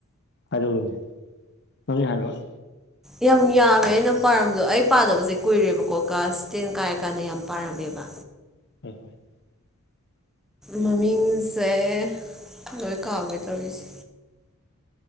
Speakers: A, on the left; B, in the centre.
A: ꯑꯗꯨꯅꯦ ꯅꯪꯅꯤ ꯍꯥꯏꯔꯛꯑꯣ
B: ꯌꯥꯝ ꯌꯥꯝꯃꯦ ꯑꯩꯅ ꯄꯥꯔꯝꯕꯗꯣ ꯑꯩ ꯄꯥꯗꯕꯁꯦ ꯀꯨꯏꯔꯦꯕꯀꯣ ꯀꯥꯁꯇꯦꯟ ꯀꯥꯏꯔ ꯀꯥꯟꯗ ꯌꯥꯝ ꯄꯥꯔꯝꯃꯦꯕ
A: ꯍꯣꯏ ꯍꯣꯏ
B: ꯃꯃꯤꯡꯁꯦ ꯂꯣꯏ ꯀꯥꯎꯒꯦ ꯇꯧꯔꯤꯁꯦ